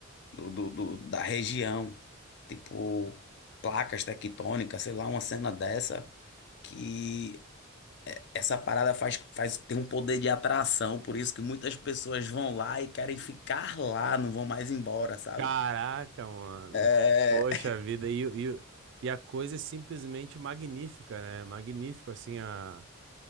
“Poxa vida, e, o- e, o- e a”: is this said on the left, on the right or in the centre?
Right